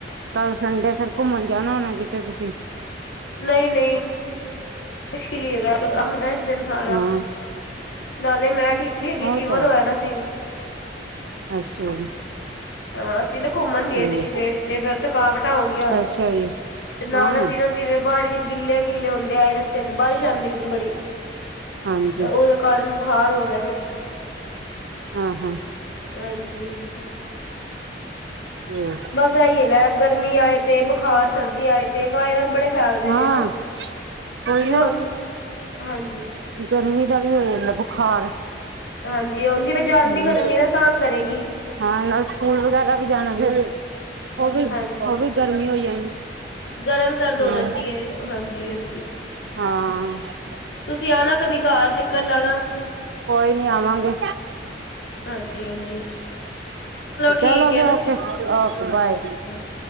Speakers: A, on the right (about 75°); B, on the left (about 75°).
A: ਕੱਲ ਸੰਡੇ ਫਿਰ ਘੁੰਮਣ ਜਾਣਾ ਹੋਣਾ ਕਿਤੇ ਤੁਸੀਂ?
B: ਨਹੀਂ, ਨੀ ਮੁਸ਼ਕਿਲ ਹੀ ਹੈਗਾ ਕਾਮ <unintelligible> ਦਾ ਇੱਕ ਦਿਨ ਸਾਰਾ।
A: ਹਾਂ,
B: ਨਾਲੇ ਮੈਂ, ਠੀਕ ਨੀ ਹੈਗੀ ਫੀਵਰ
A: ਉਹ ਤਾਂ ਹੈ।
B: ਹੋਇਆ ਦਾ ਸੀ।
A: ਅੱਛਾ ਜੀ।
B: ਹਾਂ, ਅਸੀਂ ਨਾ ਘੁੰਮਣ ਗਏ
A: ਠੀਕ।
B: ਸੀ ਰਿਸ਼ੀਕੇਸ਼ ਤੇ ਫੇਰ ਥਕਾਵਟਾਂ ਹੋ ਗਈਆਂ
A: ਅੱਛਾ ਜੀ,
B: ਤੇ ਨਾਲ
A: ਹਾਂ,
B: ਅਸੀਂ ਨਾ ਜਿਵੇਂ ਬਾਰਿਸ਼ ਚ ਗਿੱਲੇ, ਗਿੱਲੇ ਹੁੰਂਦੇ ਆਏ ਰਸਤੇ ਚ ਬਾਰਿਸ਼ ਆਉਂਦੀ ਸੀ ਬੜੀ
A: ਹਾਂਜੀ,
B: ਉਹਦੇ ਕਾਰਨ ਬੁਖਾਰ ਹੋ ਗਿਆ ਫੇਰ।
A: ਆ ਹਾਂ।
B: ਹਾਂਜੀ।
A: ਹਮ। <unintelligible>
B: ਬਸ ਏ ਹੀ ਹੈਗਾ ਗਰਮੀ ਆਏ ਤੇ ਬੁਖਾਰ ਸਰਦੀ ਆਏ ਤੇ ਵਾਇਰਲ ਬੜੇ ਫੈਲਦੇ
A: ਹਾਂ,
B: ਨੇ ਨਾ,
A: ਕੋਈ
B: ਜਿਵੇਂ
A: ਨਾ
B: ਹੁਣ ਹਾਂਜੀ।
A: ਗਰਮੀ ਦਾ ਵੀ ਹੋ ਜਾਂਦਾ ਬੁਖਾਰ।
B: ਹਾਂਜੀ, ਹੁਨ ਜਿਵੇਂ ਜਾਂਦੀ
A: ਹੂੰ।
B: ਗਰਮੀ ਹੈ ਨਾ ਤੰਗ ਕਰੇਗੀ।
A: ਹਾਂ, ਨਾਲ ਸਕੂਲ ਵਗੈਰਾ ਵੀ ਜਾਣਾ ਫਿਰ ਉਹ ਵੀ,
B: ਹਾਂਜੀ
A: ਉਹ ਵੀ ਗਰਮੀ ਹੋ ਜਾਣੀ।
B: ਗਰਮ, ਸਰਦ
A: ਹਾਂ
B: ਹੋ ਜਾਂਦੀ ਹੈ ਹਾਂਜੀ, ਹਾਂਜੀ।
A: ਹਾਂ।
B: ਤੁਸੀਂ ਆਉਣਾ ਕਦੀ ਘਰ ਚੱਕਰ ਲਾਉਣਾ।
A: ਕੋਈ ਨੀ, ਆਵਾਂਗੇ।
B: ਹਾਂਜੀ ਹਾਂਜੀ ਠੀਕ
A: ਚਲੋ
B: ਹੈ
A: ਫਿਰ
B: ਨਾ
A: ਓਕੇ, ਓਕੇ ਬਾਏ।
B: ਹਾਂਜੀ